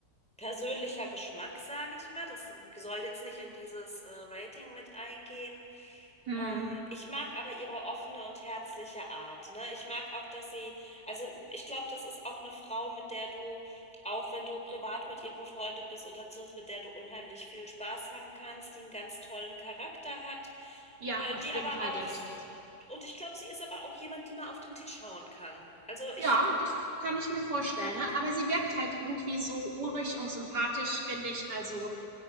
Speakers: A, in the centre; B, on the right.
A: persönlicher Geschmack, sage ich mal. Das soll jetzt nicht in dieses äh, Rating mit eingehen.
B: Mhm.
A: Ähm, ich mag aber ihre offene und herzliche Art, ne? Ich mag auch, dass sie, also ich glaube, das ist auch eine Frau, mit der du, auch wenn du privat mit ihr befreundet bist oder so, mit der du unheimlich viel Spaß haben kannst, die einen ganz tollen Charakter hat,
B: Ja,
A: äh,
B: auf
A: die
B: jeden
A: aber
B: Fall
A: auch,
B: denke ich das.
A: und ich glaube, sie ist aber auch jemand, die mal auf den Tisch hauen kann. Also ich,
B: Ja, das kann ich mir vorstellen, ne? Aber sie wirkt halt irgendwie so urig und sympathisch, finde ich, also